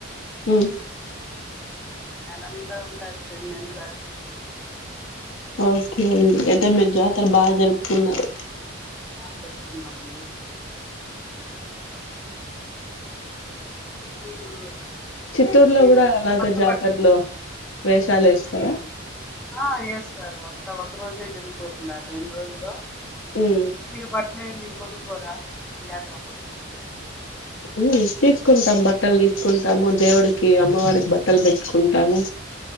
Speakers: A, on the left; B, in the centre.
A: మ్
B: నెలంతా <inaudible>
A: ఓకే అండి అయితే మీరు జాతర బాగా జరుపుకున్నారు
B: ఆ జరుపుకున్నామండి మీరు
A: చిత్తూరులో
B: మీరు
A: కూడా అలాగ
B: కొత్త
A: జాతరలో
B: బట్టలు
A: వేషాలేస్తారా
B: ఆ చేస్తారు అక్కడ ఒక రోజే జరిగిపోతుంది రెండు రోజులు
A: ఉమ్
B: మీరు బట్టలే మీ కొనుక్కోరా జాతరప్పుడు
A: మ్ తీస్ కుంటాం బట్టలు తీసుకుంటాము దేవుడికి టి అమ్మవారికి బట్టలు పెట్టుకుంటాము